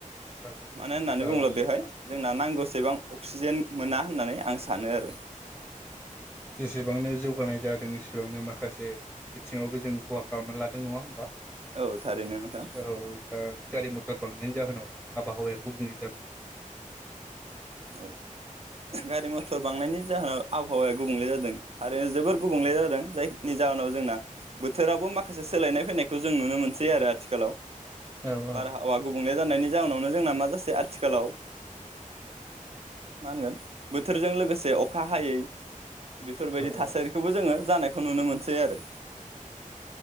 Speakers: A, in the centre; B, on the right.
A: औ
B: मानो होननानै
A: ओ
B: बुङोब्ला बेहाय जोंना नांगौसेबां अक्सिजेन मोना होननानै आं सानो आरो।
A: जेसेबांनो जौगानाय जादों एसेबांनो माखासे बिथिङावबो जों खहा खालामना लादों नङा होमबा?
B: औ थारैनो नोंथां
A: औ दा गारि मथर बांनायनि जाहोनाव आबहावाया <unintelligible>
B: औ गारि मथर बांनायनि जाहोनाव आबहावाया गुबुंले जादों आरो जोबोर गुबुंले जादों जायखनि जाहोनाव जोंना बोथोरावबो माखासे सोलायनाय फैनायखौ जों नुनो मोनसै आरो आथिखालाव।
A: औ
B: बारहावा गुबुंले जानायनि जाउनावनो जोंना माजासै आथिखालाव मा होनगोन बोथोरजों लोगोसे अखा हायै बेफोरबायदि
A: औ
B: थासारिखौबो जोङो जानायखौ नुनो मोनसै आरो।
A: <unintelligible> <unintelligible>